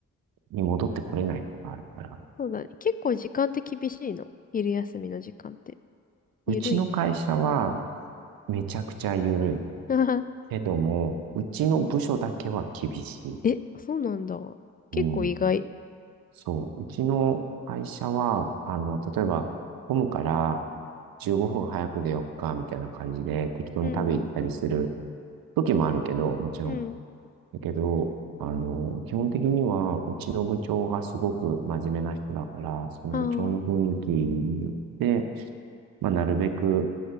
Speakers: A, on the right; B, on the left.
A: に戻ってこれないとかあるから、
B: そうだね。結構時間って厳しいの。昼休みの時間って。ゆるい。
A: うちの会社はめちゃくちゃ緩い。
B: <laughs>
A: けども、うちの部署だけは厳しい。
B: え、そうなんだ。結構意外。
A: うん。そう、うちの会社は、あの、例えば、混むから15分早く出よっか、みたいな感じで、適当に食べ行ったりする
B: うん。
A: 時もあるけど、もちろん。
B: うん。
A: だけど、あの、基本的には、うちの部長がすごく真面目な人だから、その部長の雰囲気によって、
B: あ
A: まあ、なるべく